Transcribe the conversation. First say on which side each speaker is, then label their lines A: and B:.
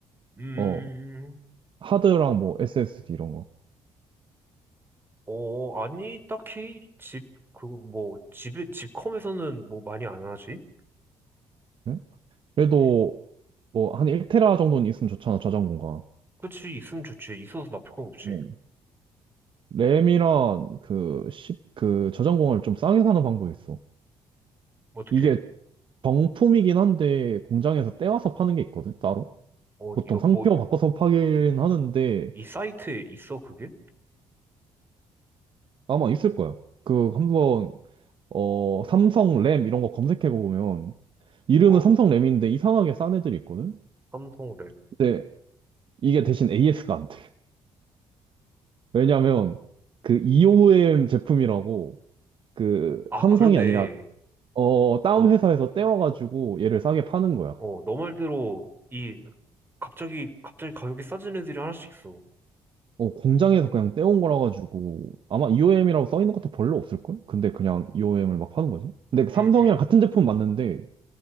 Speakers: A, on the right (about 20°); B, on the right (about 50°).
A: 음,
B: 어 하드랑 뭐 SSD 이런 거.
A: 어, 아니, 딱히 집, 그, 뭐, 집에, 집컴에서는 뭐 많이 안 하지?
B: 응? 그래도
A: 음.
B: 뭐 한 1테라 정도는 있으면 좋잖아 저장 공간.
A: 그치, 있으면 좋지. 있어서 나쁠 건 없지.
B: 어. 램이랑 그1그 저장 공간을 좀 싸게 사는 방법이 있어.
A: 어떻게?
B: 이게 정품이긴 한데 공장에서 떼와서 파는 게 있거든 따로.
A: 어,
B: 보통
A: 이거
B: 상표
A: 뭐,
B: 바꿔서 파긴 하는데
A: 이 사이트에 있어, 그게?
B: 아마 있을 거야. 그 한번 어 삼성 램 이런 거 검색해 보면 이름은
A: 어,
B: 삼성 램인데 이상하게 싼 애들이 있거든?
A: 삼성 랩.
B: 근데 이게 대신 AS가 안 돼. 왜냐면 그 EOM 제품이라고 그
A: 아,
B: 삼성이
A: 그러네.
B: 아니라 어, 다운
A: 어,
B: 회사에서 떼와가지고 얘를 싸게 파는 거야.
A: 어, 너 말대로, 이, 갑자기, 갑자기 가격이 싸진 애들이 하나씩 있어.
B: 어, 공장에서 그냥 떼온 거라 가지고 아마 EOM이라고 써 있는 것도 별로 없을걸? 근데 그냥 EOM을 막 파는 거지. 근데 그 삼성이랑
A: 응응
B: 같은 제품 맞는데